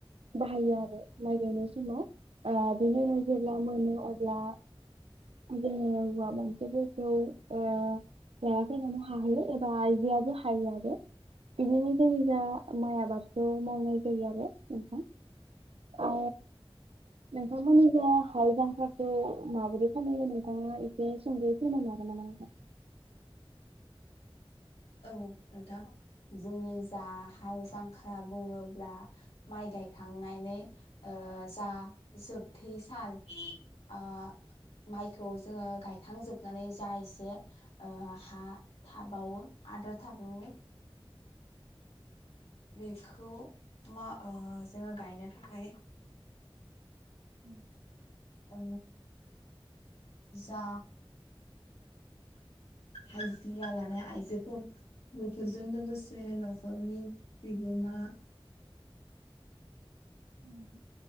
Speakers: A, on the right; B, on the left.
A: बाहायो आरो माइ गायनाय समाव आ बिदिनो जेब्ला मोनो अब्ला जोङो हौवा मानसिफोरखौ ओ लाना फैनानै हाहैयो एबा आइजोआबो हायो आरो बिदिनो जों जा माइ आबादखौ मावनाय जायो आरो नों थां ओ नों थांमोननि जा हाल जांख्लाखौ माबोरै खालामनाय नोंथाङा एसे सुंदयै फोरमायनो हागोन नामा नोंथां
B: औ नोंथां जोंनि जा हाल जांखाला बुङोब्ला माइ गायखांनानै ओ जा जोबथै सान ओ माइखौ जोङो गायखांजोबनानै जा एसे ओ हा थाबावो आद्रा थाबावो बेखौ मा ओ जोङो गायनो थाखाय
A: उम
B: ओ जा हाजिरा लानाय आइजोफोर बेफोरजों लोगोसे न'खरनि बिगोमा
A: ओ नोंथां